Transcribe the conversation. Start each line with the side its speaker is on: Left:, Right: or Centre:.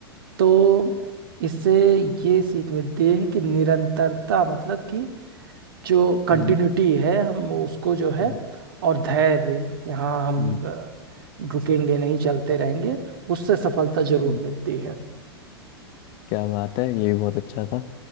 Right: तो इससे ये सीख मिलती है कि निरंतरता मतलब कि जो कंटिन्यूटी
Left: हम्म
Right: है हम उसको जो है
Left: हम्म
Right: और धैर्य यहाँ हम
Left: हम्म
Right: अ, रुकेंगे नहीं चलते रहेंगे उससे सफलता जरूर
Left: हम्म,
Right: मिलती है
Left: क्या बात है ये भी बहुत अच्छा था